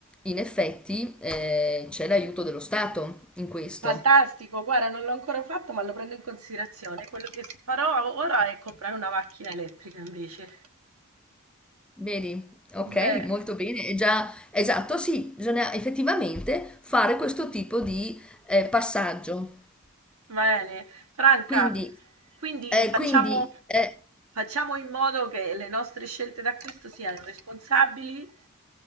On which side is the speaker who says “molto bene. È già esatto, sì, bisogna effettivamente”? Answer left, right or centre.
Centre